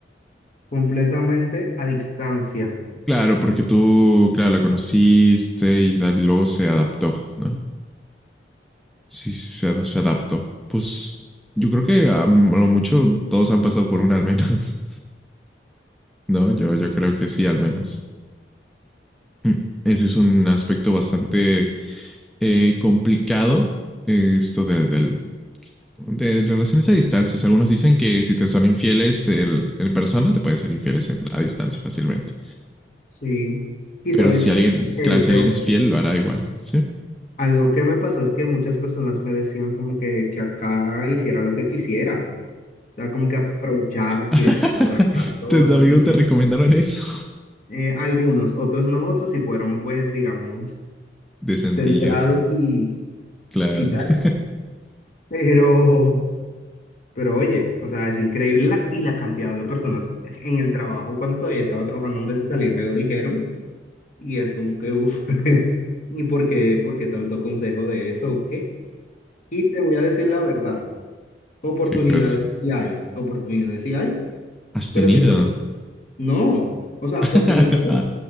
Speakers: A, on the left (about 45°); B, in the centre.
A: completamente a distancia.
B: Claro, porque tú, claro, la conociste y da- luego se adaptó, ¿no? Sí, sí, se, ad- se adaptó. Pues yo creo que a lo mucho todos han pasado por una al menos, <laughs> ¿no? Yo, yo creo que sí, al menos. Mm, Ese es un aspecto bastante eh, complicado, eh, esto de, del- de relaciones a distancias. Algunos dicen que si te son infieles el- en persona, te pueden ser infieles en- a distancia fácilmente.
A: Sí. Y
B: Pero
A: sabes
B: si
A: qué,
B: alguien,
A: de
B: claro,
A: hecho,
B: si alguien es fiel, lo hará igual, ¿sí?
A: algo que me pasó es que muchas personas me decían como que, que acá hiciera lo que quisiera, o sea, como que aprovechar aquí
B: <laughs>
A: de estar por acá, todo
B: Tus
A: lo
B: amigos
A: que hiciera.
B: te recomendaron eso.
A: Eh, algunos, otros no, otros sí fueron, pues, digamos,
B: De sentillos,
A: centrados y,
B: claro.
A: y tal.
B: <laughs>
A: Pero, pero oye, o sea, es increíble la, y la cantidad de personas en el trabajo, cuando todavía estaba trabajando antes de salir, me lo dijeron y es como que, uff, <laughs> ¿y por qué, por qué tanto consejo de eso o qué? Y te voy a decir la verdad, oportunidades
B: ¿Qué cosa?
A: sí hay, oportunidades sí hay,
B: ¿Has
A: pero
B: tenido?
A: siento que no, o sea,
B: <laughs>
A: oportunidades,